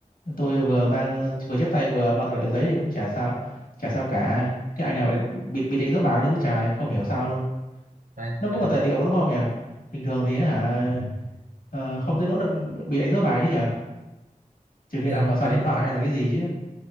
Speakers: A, on the left; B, on the right.
A: tôi vừa mang vừa chép tay vừa mang tài liệu giấy thì cũng chả sao chả sao cả thế anh à bị bị, bị đánh dấu báo luôn chứ trời không hiểu sao luôn
B: Đây,
A: nó cũng
B: kìa.
A: là tài liệu mà đúng không nhỉ bình thường thì á hả
B: ừ.
A: ờ, không tới nỗi là bị đánh dấu bài chứ nhỉ trừ khi
B: thì
A: nào mà xài
B: trong
A: điện thoại hay là cái gì chứ